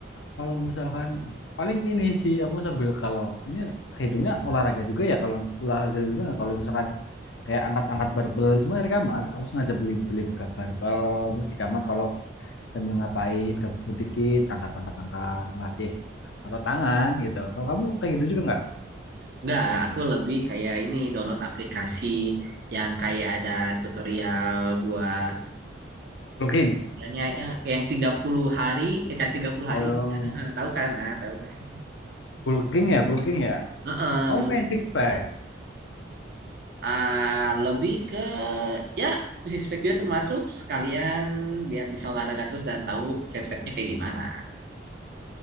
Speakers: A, on the left; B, on the right.
A: kalau misalkan paling ini sih aku sambil kalau ini hitungnya olahraga juga ya kalau olahraga juga nggak kalau misalkan kayak angkat-angkat barbel cuma dari kamar aku sengaja beli beli bekas barbel terus di kamar kalau sambil ngapain gabut dikit angkat-angkat angkat ngelatih atau tangan gitu kalau kamu kayak gitu juga nggak
B: enggak, aku lebih kayak ini download aplikasi yang kayak ada tutorial buat
A: bulking
B: kayaknya ya, yang 30 hari, eh cara tiga puluh
A: oh
B: hari
A: iya.
B: eh, tahu kan? Nah, tahu. kan?
A: bulking ya bulking ya
B: Heeh,
A: kamu
B: belum.
A: pengen six pack
B: Ah, lebih ke ya fisik juga termasuk sekalian biar bisa olahraga terus dan tahu step-stepnya kayak gimana.